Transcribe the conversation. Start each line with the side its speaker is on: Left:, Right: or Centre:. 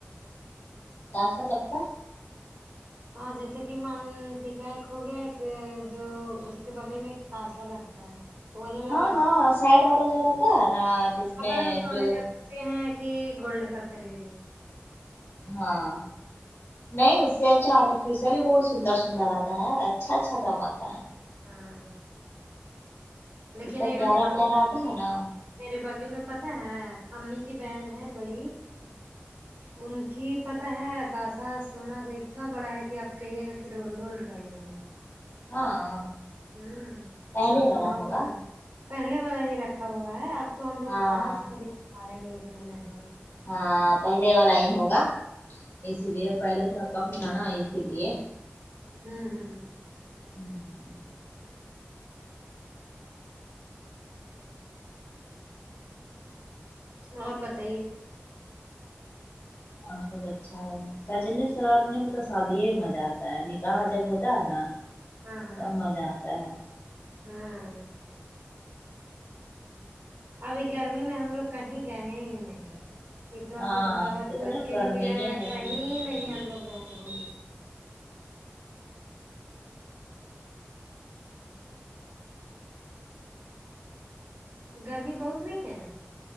Left: تاسا لگتا
Right: ہاں جیسے کہ من ٹی کا ایک ہو گیا ایک جو اس کے بغل میں ایک تاشا لگتا ہے وہ والا
Left: ہاں
Right: لگاتے
Left: ہاں
Right: ہیں
Left: سائڈ والا جو رہتا ہے نا
Right: ابر
Left: میں
Right: ہم سونے
Left: جو
Right: سے سوچے ہیں کہ گولڈ کا خریدیں گے
Left: ہاں نہیں اس سے اچھا آرٹیفیشل بھی بہت سندر سندر آتا ہے اچھا اچھا دم آتا ہے
Right: ہاں لیکن
Left: اتنا
Right: اگر
Left: پیارا
Right: تاسا
Left: پیارا آتا ہے نا
Right: میرے بغل میں پتہ ہے امی کی بہن ہے بڑی ان کی پتہ ہے تاشا سونا کا اتنا بڑا ہے کہ آپ کہیے گا کہ رولڈ گولڈ کا ہی ہوگا
Left: ہاں
Right: ہوں
Left: پہلے
Right: سب
Left: والا
Right: سونا
Left: ہوگا
Right: کھرا ہے پہلے والا ہی رکھا ہوا ہے اب تو ہم لوگ
Left: ہاں
Right: کہاں سے خرید پایئں گے اتنا مہنگا
Left: ہاں پہلے والا ہی ہوگا اسی لیے پہلے تھوڑا کم تھا نا اسی لیے
Right: ہوں ہوں
Left: ہوں ہوں
Right: اور بتائیے
Left: اور سب اچھا ہے سجنے سورنے میں تو سادی ہی م زہ آتا ہے نکاح جب ہوتا ہے نا
Right: ہاں ہاں
Left: تب مزہ آتا ہے
Right: ہاں ابھی گرمی میں ہم لوگ کہیں گئے ہی نہیں اتنا
Left: ہاں
Right: سارا دعوت
Left: اتنا
Right: ووت کے
Left: گرمی
Right: لیے بھی آیا
Left: ہے
Right: کہیں
Left: کہ
Right: نہیں ہم لوگ گئے گھومنے گرمی بہت نہیں ہے